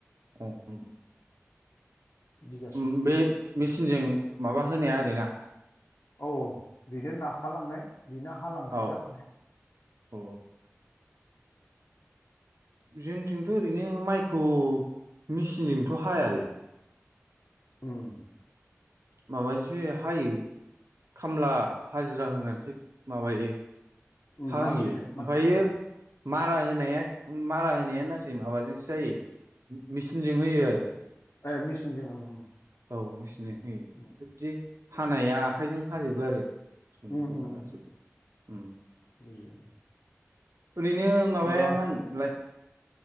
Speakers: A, on the right; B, on the left.
A: अ ओम
B: बिगासेयाव
A: ओम बे मेचिनजों माबा होनाया आरो ना
B: औ औ बेनो नाखा लांनाय बेनो हालांनाय
A: औ
B: जाखानाय
A: औ जोंथिंथ ओरैनो माइखौ मेचिनजोंथ हायालै
B: ओह
A: माबाजोंसो हायो खामला हाजिरा होननानैसो माबायो
B: उम
A: हायो
B: मानसिजों मानसिजों
A: ओमफायो
B: हायो
A: मारा होनाया मारा होनाया नाथाय माबाजोंसो जायो मेसिनजों होयो आरो
B: ए मेचिनजों उम
A: औ मेचिनजों होयो ओमफ्राय
B: उम
A: बिदि हानाया आखाइजों हाजोबो आरो गननि
B: उम
A: खाम्फा
B: उम
A: आरोजो उम्म
B: बुजिबाय
A: ओरैनो माबाया
B: होमबा
A: मा होनलाय